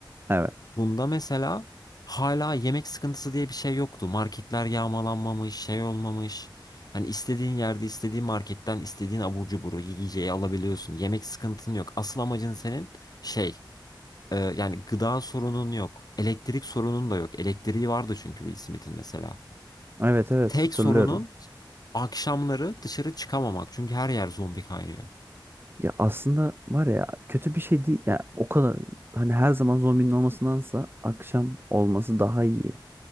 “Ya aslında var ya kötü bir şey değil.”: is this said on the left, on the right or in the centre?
Right